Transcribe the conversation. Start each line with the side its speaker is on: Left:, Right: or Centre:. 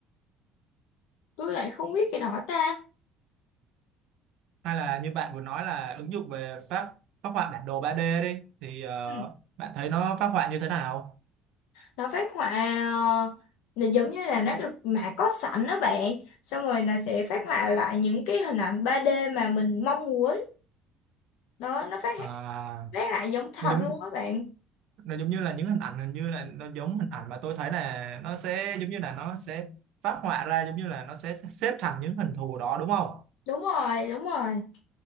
Left: tôi lại không biết cái đó ta.
Right: Hay là như bạn vừa nói là ứng dụng về phát phát họa bản đồ 3D đi thì ờ,
Left: Ừ.
Right: bạn thấy nó phát họa như thế nào?
Left: Nó phát họa ờ, là giống như là nó được mã có sẵn đó bạn. Xong rồi nó sẽ phát họa lại những cái hình ảnh 3D mà mình mong muốn. Đó, nó phát
Right: À,
Left: phát lại giống thật
Right: nó giống
Left: luôn đó bạn.
Right: nó giống như là những hình ảnh hình như là nó giống hình ảnh mà tôi thấy là nó sẽ giống như là nó sẽ phát họa ra giống như là nó sẽ xếp thành những hình thù đó đúng không?
Left: Đúng rồi, đúng rồi.